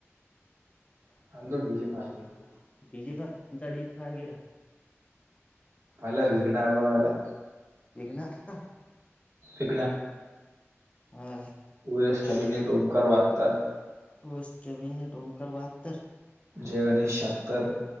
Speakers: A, on the right; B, on the left.
A: <unintelligible>
B: डी जी फाय तुमचा डी जी फाय हाय का?
A: आला विघ्नहर्ता व्हायला
B: विघ्नहर्ता
A: <unintelligible>
B: हा
A: ओ एस कॅबिनेट ओंकार बहात्तर.
B: ओ एस कॅबिनेट ओंकार बहात्तर
A: जय गणेश शहात्तर